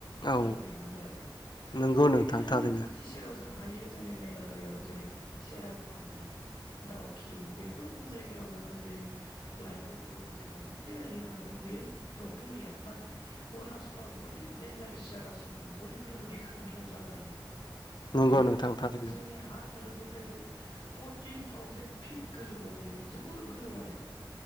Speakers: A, on the left; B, on the left.
A: औ
B: दावबायहैनांगौ आरो
A: नंगौ
B: जों
A: नोंथां
B: बिदिनो जोंनि
A: थारैनो
B: खाथि सेराव जोंहा। हायो जोंनि मेघालयआव जेरै सेरापुन्जि दाउखि। रखुम जायगायाव नोङो जेरै लायफ रखम जायगायाव नों बेरायहैनो हागोन बेयो प्रब्लेम गैया नाथाय अरुना नाचला बोरै दडेनन्जारेस जागासिनो जों बयख्रुबो गिख्रंथाव जागा बियो
A: नंगौ
B: बेयो माने
A: नोंथां थारैनो
B: जोंनि हा धोरोबनि ओमफ्राय बे फरटिन थावजेन फिट गोजौआव बियो जोबोर गोजौ माने।